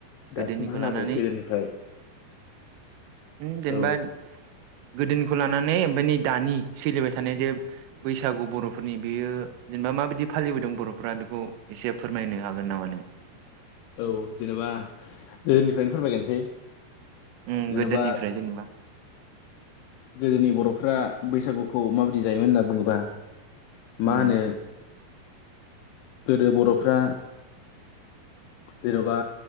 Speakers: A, on the left; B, on the right.
A: दासिमहालागै
B: गोदोनिखौ लानानै
A: गोदोनिफ्राय
B: -जेनेबा।
A: औ
B: गोदोनिखौ लानानै ओमफफ्राय नै दानि सोलिबाय थानाय दो। बैसागु बर'फोरनि बियो जेनेबा माबायदि फालिबोदों बर'फ। फोर्रा बेखौ एसे फोरमायनो हागोन नामा नों।
A: औ जेनेबा गोदोनिफ्रायनो फोरमायगोनसै।
B: उ
A: जेन'बा
B: गोदोनिफ्राय जेनेबा।
A: गोदोनि बर'फ्रा बैसागुखौ माबायदि जायोमोन होनना बुङोबा।
B: उम
A: मा होनो -गोदो बर'फ्रा। जेन'बा